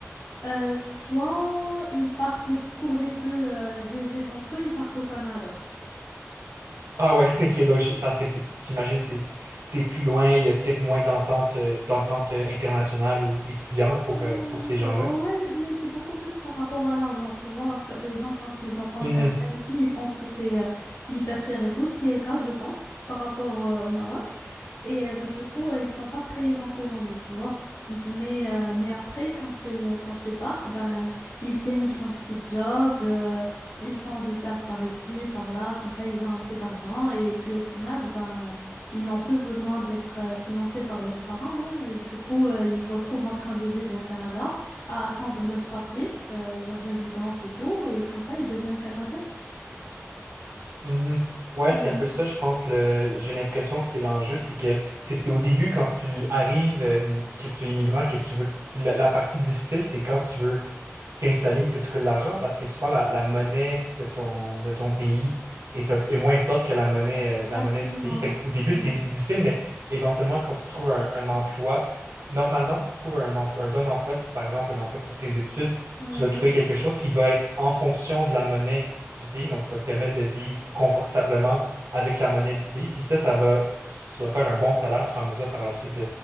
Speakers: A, on the left (about 80°); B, on the right (about 70°).
A: euh, soit ils partent les, pour les plus euh, aisés d'entre eux, ils partent au Canada.
B: Ah ouais, <laughs> OK, donc je- parce que c'est j'imagine c'est c'est plus loin, il y a peut-être moins d'entente euh, d'entente euh, internationale ou étudiante pour
A: Euh,
B: euh, pour ces gens-là.
A: ouais, mais c'est beaucoup plus par rapport à l'argent, tu vois. que Les gens, quand ils entendent
B: Mhm,
A: comme ça ici, ils pensent que c'est euh, hyper cher et tout, ce qui est le cas, je pense, par rapport euh, au Maroc. Et euh, bah, du coup, euh, ils sont pas très encouragés, tu vois. Mais, euh, mais après, quand ils, quand ils partent, ben, ils se dénichent un petit job, euh, ils font du taf par ici, par là, comme ça, ils ont assez d'argent. Et puis au final, ben. Ils n'ont plus besoin d'être euh, financés par leurs parents. hein. Et Du coup, euh, ils se retrouvent en train de vivre au Canada, à attendre leurs papiers, euh, leur résidence et tout. Et comme ça, ils deviennent Canadiens.
B: mhm. Ouais,
A: Ouais,
B: c'est un peu ça, je pense. Le, j'ai l'impression que c'est l'enjeu, c'est que c'est c'est au début quand tu arrives, euh, que tu es immigrant, que tu veux. La, la partie difficile, c'est quand tu veux t'installer et te trouver de l'argent parce que souvent la, la monnaie de ton, de ton pays est, un- est moins forte que la monnaie, euh, la
A: exactement.
B: monnaie du pays. Fait au début,
A: Ouais,
B: c'est c'est difficile, mais éventuellement, quand tu trouves un, un emploi, normalement, si tu trouves un, emploi- un bon emploi, si c'est par exemple un emploi pour tes études,
A: Ouais,
B: tu vas trouver quelque chose qui va être en fonction de la monnaie du pays, donc qui va te permettre de vivre confortablement avec la monnaie du pays. Puis ça, ça va, tu vas faire un bon salaire, tu seras en mesure par la suite